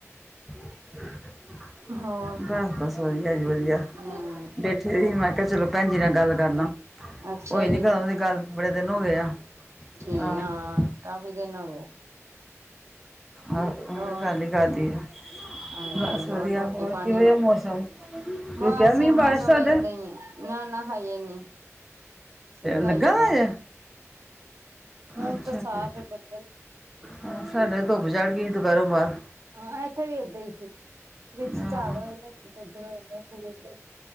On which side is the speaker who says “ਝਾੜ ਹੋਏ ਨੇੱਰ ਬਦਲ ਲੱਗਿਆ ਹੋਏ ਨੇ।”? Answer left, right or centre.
Right